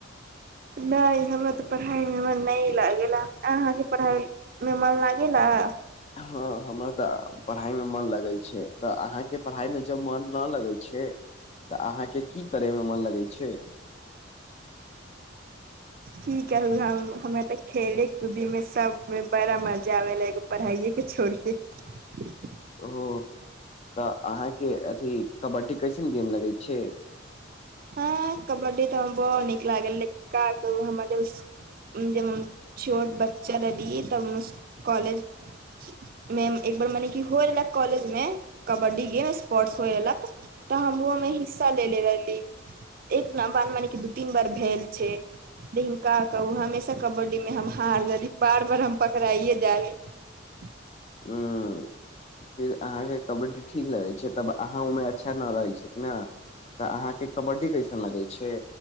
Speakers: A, on the right (about 45°); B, on the left (about 30°).
A: नहि हमरा तऽ पढ़ाइ मे मन नहि लागेला अहाँके पढ़ाइ मे मन लागेला ना
B: हँ हमरा तऽ पढ़ाई मे मन लगै छै तऽ अहाँके पढ़ाई मे जब मन नहि लगै छै छै त अहाँके की करैय मे मन लगै छै
A: ठीक ह हमे तऽ खेलेले खुदी मे सबमे बड़ा मजा आबा एगो पढ़ाइए के छोड़ि के
B: ओ तऽ अहाँके अथी कबड्डी कैसन गेम लगै छै
A: हँ कबड्डी तऽ हम ब नीक लागैले का करू हमर जब स जब छोट बच्चा रहली तब कॉलेज मे एक मने की होए रहलक कॉलेज में कबड्डी गेम स्पोर्टस होए रहलक त हमं में हिस्सा ले ले रहली एक बान मान के दू तीन बार भेल छै लिनका कहू हमेशा कबड्डीमे हम हारि जाली बार बार हम पकड़ाइए जाली <inaudible>
B: हँ फेर अहाँके कबड्डी ठीक लगै छै तब अहाँ ओहि अच्छा नहि रहै छै कि नहि तऽ अहाँके कबड्डी कैसन लगै छै